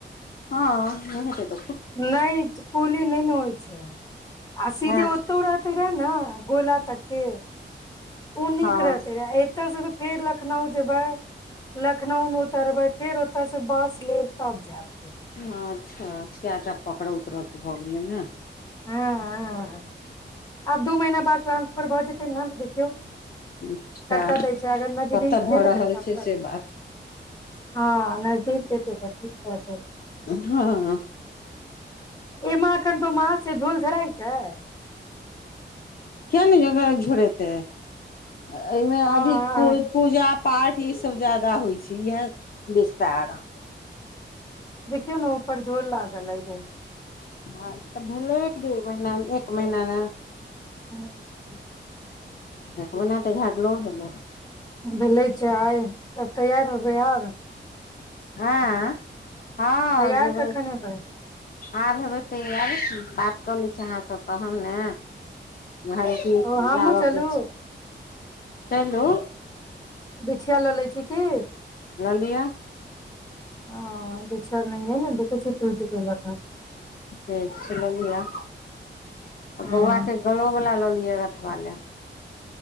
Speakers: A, on the left; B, on the left.
A: हँ नहि होतै त
B: नहि कुली नहि ने होइ छैय आ सीधे
A: एँ
B: ओतौ रहते रहे ने गोला तके नीक
A: हँ
B: रहतै रहै एतौऽ से तऽ फेर लखनउ जेबै लखनऊ मे उतरबै फेर ओतय से बस लेब तब जायब
A: हाँ अच्छा चारटा पकड़ा उकड़ के भऽ गेलियै ना
B: हँ ह आब दू महीना बाद ट्रांसफर भऽ जेतै ने तऽ देखियौ
A: अच्छा
B: कतऽ दै छैय अगर नजदीक
A: कतऽ भऽ
B: देलकै
A: रहल
B: तब
A: छै
B: तऽ
A: से बात
B: हाँ नजदीक देतै तऽ ठीक रहतै
A: हँ
B: <unintelligible>
A: किया ने योगा झोड़ेतेै एहिमे
B: हँ
A: अधिक पू पूजा पाठ ई सब ज्यदाा होइ छै इहे विस्तार
B: देखियौ ने ऊपर जोर लागल है रहै
A: हँ तऽ भेलै एक डेढ़ महीना एक महीना मे
B: ह
A: एक ओना तऽ झटलो भेलै
B: भेलै छै आई त तैयार होबै आब
A: हाँ हाँ
B: तैयार
A: जेबै
B: कखन हेबै
A: आब हेबै तऽ तैयार बात कऽ लै छी अहाँसभ तहन ने भइजी
B: ओ हमहुँ
A: लाबऽके
B: चलू
A: छै हेलो
B: बिछिया लऽ लै छी की
A: ललिअ
B: ह बिचार नहि ने देखै छियै टूटि गेल हन
A: ठिक छै ल लिय
B: हँ
A: बौआ के गलो बला ल गथबा लैब <unintelligible>